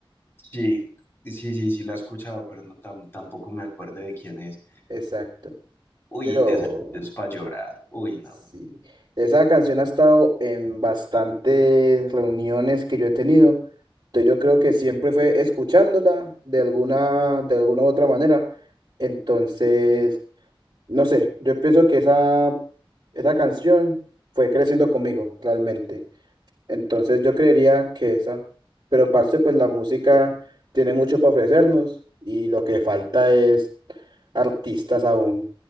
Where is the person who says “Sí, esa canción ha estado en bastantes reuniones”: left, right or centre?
Right